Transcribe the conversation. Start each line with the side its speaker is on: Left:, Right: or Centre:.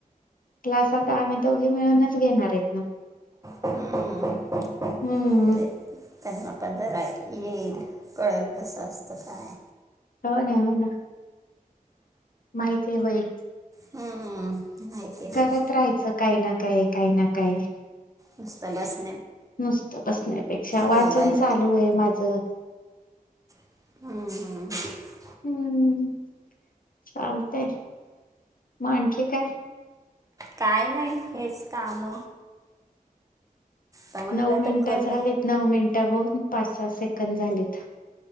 Left: क्लास आता आम्ही दोघी मिळूनच घेणारयेत ना.
Right: हम्म.
Left: ह ह हम.
Right: म्हणजे त्यांना पण जरा येईल, कळेल कसं असतं काय?
Left: हो ना हो ना. माहिती होईल.
Right: हम्म, माहिती होईल
Left: करत राहायचं काही ना काय काही ना काय काय?
Right: नुसतं बस
Left: नुसतं बसण्यापेक्षा वाचन
Right: मोबाईल
Left: चालू आहे माझं.
Right: ह ह.
Left: हम्म! चालतयं म आणखी काय?
Right: काय नाही हेच काम. तर म्हटलं
Left: नऊ मिनटं
Right: तो कर
Left: झालेत नऊ मिनिटं होऊन पाच, सात सेकंद झालेत.